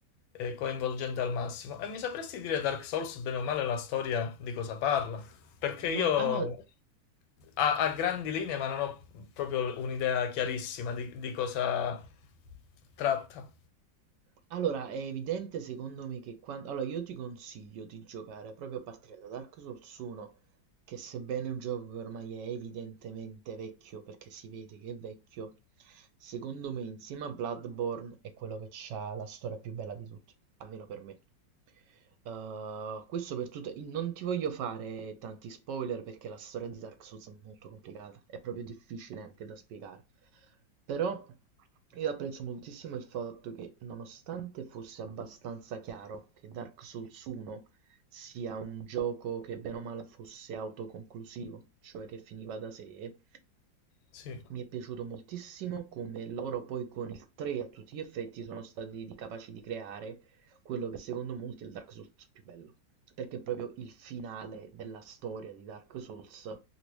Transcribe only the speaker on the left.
eh, coinvolgente al massimo. E mi sapresti dire Dark Souls, bene o male, la storia di cosa parla? Perché io
a, a grandi linee, ma non ho proprio un'idea chiarissima di, di cosa tratta.
Sì.